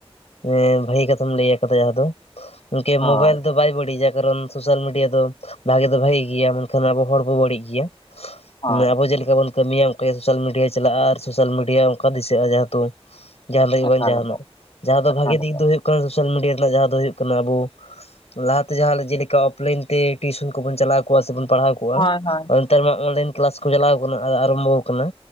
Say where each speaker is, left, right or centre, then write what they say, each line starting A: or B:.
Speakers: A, on the left; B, on the left.
A: ᱦᱮᱸ ᱵᱷᱟᱹᱜᱤ ᱠᱟᱛᱷᱟᱢ ᱞᱟᱹᱭ ᱟᱠᱟᱫᱟ ᱡᱟᱦᱟᱸ ᱫᱚ ᱜᱚᱢᱠᱮ
B: ᱦᱳᱭ
A: ᱢᱳᱵᱟᱭᱤᱞ ᱫᱚ ᱵᱟᱭ ᱵᱟᱹᱲᱤᱡᱟ ᱠᱟᱨᱚᱱ ᱥᱳᱥᱟᱞ ᱢᱤᱰᱤᱭᱟ ᱫᱚ ᱵᱷᱟᱜᱮ ᱫᱚ ᱵᱷᱟᱜᱤ ᱜᱮᱭᱟ ᱢᱮᱱᱠᱷᱟᱱ ᱟᱵᱚ ᱦᱚᱲ ᱵᱚ ᱵᱟᱹᱲᱤᱡ ᱜᱮᱭᱟ
B: ᱦᱳᱭ
A: ᱢᱟᱱᱮ ᱟᱵᱚ ᱪᱮᱫᱮᱠᱟ ᱵᱚᱱ ᱠᱟᱹᱢᱤᱭᱟ ᱚᱱᱠ ᱥᱳᱥᱟᱞ ᱢᱤᱰᱤᱭᱟ ᱪᱟᱞᱟᱜᱼᱟ ᱟᱨ ᱥᱳᱥᱟᱞ ᱢᱤᱰᱤᱭᱟ ᱚᱱᱠᱟ ᱫᱤᱥᱟᱹᱜᱼᱟ ᱡᱦᱮᱛᱩ ᱡᱟᱦᱟᱸ
B: ᱮᱠᱟᱞ
A: ᱡᱟᱦᱟᱸ
B: ᱮᱠᱟᱞ
A: ᱫᱚ
B: ᱮᱠᱟᱞ
A: ᱵᱷᱟᱜᱤ
B: ᱮᱠᱟᱞ
A: ᱫᱤᱠ ᱫᱚ ᱦᱩᱭᱩᱜ ᱠᱟᱱᱟ ᱥᱳᱥᱟᱞ ᱢᱤᱰᱤᱭᱟ ᱨᱮᱱᱟᱜ ᱡᱟᱦᱟᱸᱟᱸ ᱫᱚ ᱦᱩᱭᱩᱜ ᱠᱟᱱᱟ ᱟᱵᱚ ᱞᱟᱦᱟᱛᱮ ᱡᱟᱦᱟᱸ ᱡᱮᱞᱮᱠᱟ ᱚᱯᱞᱟᱭᱤᱱ ᱛᱮ ᱴᱤᱭᱩᱥᱚᱱ ᱠᱚᱵᱚᱱ ᱪᱟᱞᱟᱣ ᱠᱚᱣᱟ ᱥᱮᱵᱚᱱ ᱯᱟᱲᱦᱟᱣ ᱠᱚ
B: ᱦᱳᱭ ᱦᱳᱭ
A: ᱱᱮᱛᱟᱨ ᱢᱟ ᱚᱱᱞᱟᱭᱤᱱ ᱠᱞᱟᱥ ᱠᱚ ᱪᱟᱞᱟᱣ ᱠᱟᱱᱟ ᱟᱨᱟᱢᱵᱷᱚ ᱟᱠᱟᱱᱟ